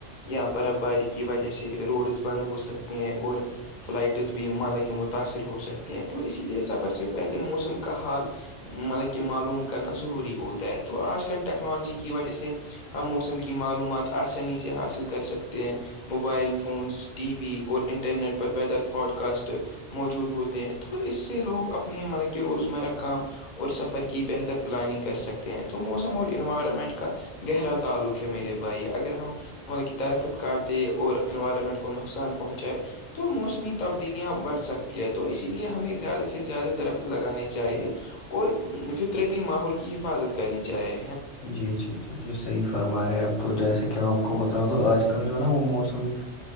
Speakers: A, on the left; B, on the left.
A: یا برف باری کی وجہ سے روڈز بند ہو سکتے ہیں اور فلائٹس بھی مالک متاثر ہو سکتے ہیں تو اسی لیے سفر سے پہلے موسم کا حال مطلب کہ معلوم کرنا ضروری ہوتا ہے تو آج کل ٹیکنالوجی کی وجہ سے ہم موسم کی معلومات آسانی سے حاصل کر سکتے ہیں موبائل فونس ٹی وی اور انٹرنیٹ پر ویدر فوڈ کاسٹ موجود ہوتے ہیں تو اس سے لوگ اپنے مطلب کہ روزمرہ کام اور سفر کی بہتر پلاننگ کر سکتے ہیں تو موسم اور انوائرمنٹ کا گہرا تعلق ہے میرے بھائی اگر ہم مطلب کہ درخت کاارٹ د اور انوارمنٹ گ کو نقصان پہنچائے تو موسمی تبدیلیاں بڑھ سکتی ہے تو اسی لیے ہمیں زیادہ سے زیادہ درخت لگانے چاہیے اور فطرتی ماحول کی حفاظت کرنی چاہی
B: جی جی جی <unintelligible> جی صحیح فرما رہے ہیں اپ تو جیسا کہ میں آپ کو بتا تو آج کل جو ہے نا وہ موسم